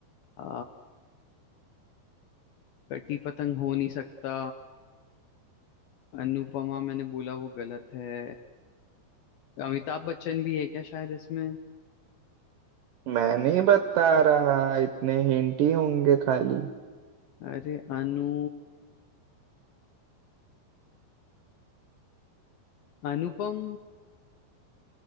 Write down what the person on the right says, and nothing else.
मैं नहीं बता रहा इतने हिंट ही होंगे खाली